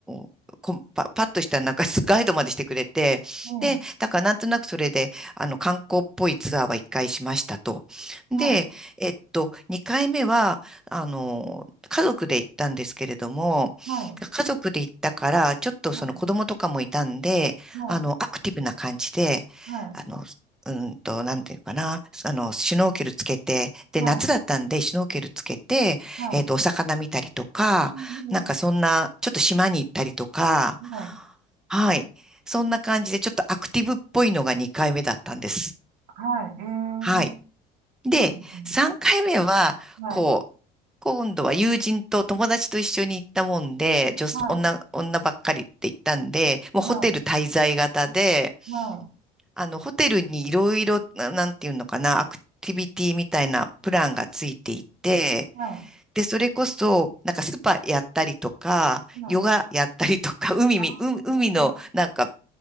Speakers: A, in the centre; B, on the right.
A: う、こんパ、パッとしたなんか <laughs> ガイドまでしてくれて、
B: ええ
A: で、だからなんとなくそれで、あの、観光っぽいツアーは一回しましたと。
B: はい、
A: で、えっと、二回目は、あの、家族で行ったんですけれども、
B: はい、
A: 家族で行ったから、ちょっとその子供とかもいたんで、
B: はい、はい。
A: あの、アクティブな感じで、
B: はい、
A: あの、うんと、なんていうかな、あの、シュノーケルつけて、で、
B: はい、
A: 夏だったんで、シュノーケルつけて、
B: は
A: えっと、お魚見たりとか、
B: い。うん、いいですね。
A: なんかそんな、ちょっと島に行ったりとか、
B: はい、
A: はい。そんな感じで、ちょっとアクティブっぽいのが2回目だったんです。
B: はい、
A: はい。で、
B: えー、いいですね。
A: 3回目は、
B: はい、
A: こう、今度は友人と友達と一緒に行ったもんで、女、
B: はい、
A: 女、女ばっかりって言ったんで、もうホテル滞在型で、
B: はい、は
A: あの、ホテルにいろいろ、ななんていうのかな、アクティビティみたいなプランがついていて、
B: い、は
A: で、それこそ、なんかスパやったりとか、
B: い、はい。
A: ヨガやったりとか、海み、
B: あ
A: う海のなんか
B: あ、